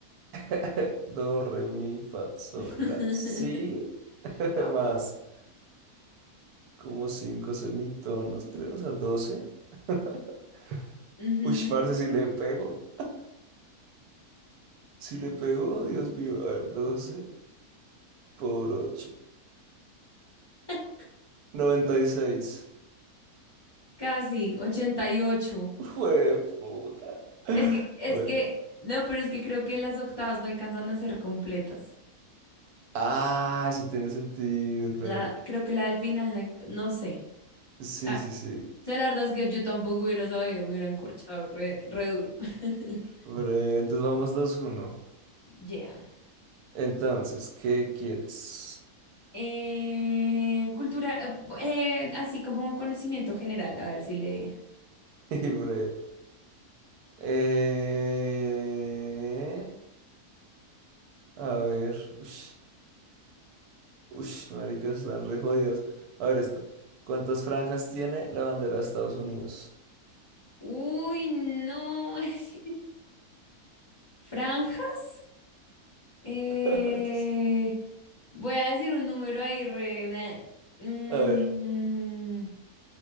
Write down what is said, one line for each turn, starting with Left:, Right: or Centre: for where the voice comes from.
Right: <laughs> Do, re, mi, fa, sol,
Left: <laughs>
Right: la, si,
Left: <laughs>
Right: <laughs> más como cinco semitonos, creo, o sea, doce <laughs>
Left: Ujú.
Right: Uy, parce, si le pego, si le pego, Dios mío, a ver, 12 por ocho,
Left: <laughs>
Right: noventa y seis
Left: Casi, ochenta y ocho
Right: Jue puta. <laughs>
Left: Es que, es
Right: Bueno,
Left: que, no, pero es que creo que las octavas no alcanzan a ser completas.
Right: ah, eso tiene sentido, claro.
Left: La, creo que la del final, la- no sé.
Right: Sí,
Left: La,
Right: sí, sí.
Left: o sea, la verdad es que yo tampoco hubiera sabido, me hubieran corchado re, re duro. <laughs>
Right: Bre, entonces vamos dos uno
Left: Ya.
Right: Entonces, ¿qué quieres?
Left: Eh, cultura, eh, cu- eh, así como conocimiento general, a ver si le...
Right: <laughs> Y bre, eh... A ver. Ush, ush, marica, están re jodidos. A ver esto. ¿Cuántas franjas tiene la bandera de Estados Unidos?
Left: Uy, no. <laughs> ¿Franjas? Eh,
Right: <laughs>
Left: voy a decir un número ahí re... bleh. Mm,
Right: A ver.